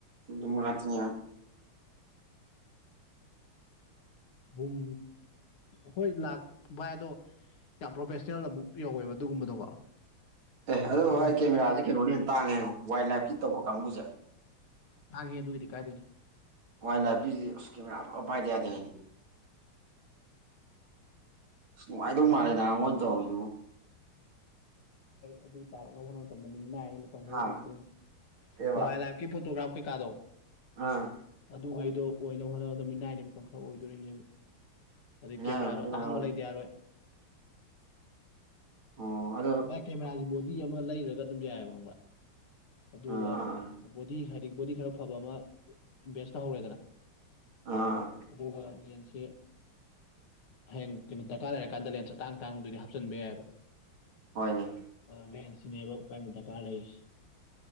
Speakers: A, on the right; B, on the left.
A: ꯑꯗꯨꯃ ꯉꯥꯛꯇ꯭ꯅꯤ <inaudible>
B: ꯨꯝꯨꯝ ꯍꯣꯏ ꯂꯥꯛ ꯚꯥꯏ ꯑꯗꯣ ꯌꯥꯝ ꯄ꯭ꯔꯣꯐꯦꯁꯅꯦꯜ ꯑꯃꯨꯛ ꯌꯧꯋꯦꯕ ꯑꯗꯨꯒꯨꯝꯕꯗꯣꯀꯣ
A: ꯑꯦ ꯑꯗꯨ
B: ꯑꯗꯨꯝ
A: ꯕꯥ ꯑꯩ ꯀꯦꯃꯦꯔꯥꯥꯁꯦ ꯀꯩꯅꯣꯅꯦ ꯍꯦꯅ ꯇꯥꯡꯉꯦ ꯋꯥꯏꯜ ꯂꯥꯏꯐꯀꯤ ꯇꯧꯕ ꯀꯥꯡꯕꯨꯁꯦ
B: ꯅ ꯍꯦ ꯇꯕꯨꯗꯤ ꯀꯥꯏꯗꯦꯅꯣ
A: ꯋꯥꯏꯜ ꯂꯥꯏꯐꯀꯤꯀꯤ ꯄꯥꯏꯗꯌꯥꯗ ꯍꯥꯏꯅꯤ ꯑꯁ ꯅꯨꯡꯉꯥꯏꯗꯧ ꯃꯥꯂꯦ ꯅꯍ ꯃꯣꯏ ꯇꯧꯔꯤꯗꯨ
B: ꯑꯗꯨ ꯇꯥꯔꯛꯅꯕ ꯍꯣꯠꯅꯕ ꯃꯇꯝꯗ ꯃꯤꯠ ꯅꯥꯏ ꯃꯇꯝ ꯈꯔ
A: ꯍꯥ
B: ꯑꯣꯏꯗꯣꯏꯦꯅꯤ
A: ꯀꯩꯕ
B: ꯂ ꯂꯥꯏꯐꯀꯤ ꯐꯣꯇꯣꯒ꯭ꯔꯥ ꯀꯩꯀꯥꯗꯣ
A: ꯑꯥ
B: ꯑꯗꯨꯈꯩꯗꯣ ꯑꯣꯏꯅꯕ ꯍꯣꯠꯅꯕꯗ ꯃꯤꯅꯥꯏꯗꯤ ꯃꯇꯝ ꯈꯔ ꯑꯣꯏꯗꯣꯔꯤꯅꯦꯕ ꯑꯗꯩ
A: ꯃꯤꯅꯥꯏ
B: ꯀꯦꯃꯦꯔꯥꯁꯨ
A: ꯃꯈꯥꯗꯤ
B: ꯑꯇꯥꯡꯕ
A: ꯀꯃꯥꯏ ꯑꯣꯏ
B: ꯂꯩꯗꯤ ꯌꯥꯔꯣꯏ
A: ꯑꯣ ꯑꯗꯣ
B: ꯚꯥꯏ ꯀꯦꯃꯦꯔꯥꯒꯤ ꯕꯣꯗꯤ ꯑꯃ ꯂꯩꯔꯒ ꯑꯗꯨꯝ ꯌꯥꯏꯑꯕ ꯈꯪꯕ꯭ꯔꯥ ꯑꯗꯨꯒ
A: ꯑꯥ ꯑꯥ
B: ꯕꯣꯗꯤ ꯍꯥꯏꯗꯤ ꯕꯣꯗꯤ ꯈꯔ ꯐꯕ ꯑꯃ ꯚꯦꯁ ꯇꯧꯍꯧꯔꯦꯗꯅ
A: ꯑꯥ ꯑꯥ
B: ꯑꯗꯨꯒ ꯁꯤ ꯍꯌꯦꯡ ꯀꯩꯅꯣ ꯗꯔꯀꯥꯔ ꯂꯩꯔꯀꯥꯟꯗ ꯂꯦꯟꯁ ꯇꯥꯡ ꯇꯥꯡꯕꯗꯨꯗꯤ ꯍꯥꯞꯆꯤꯟꯕ ꯌꯥꯏꯑꯕ
A: ꯍꯣꯏꯅꯦ
B: ꯑ ꯂꯍꯟꯁꯤꯅꯦꯕꯥꯏ ꯑꯃ ꯗꯔꯀꯥꯔ ꯂꯩꯔꯤꯁ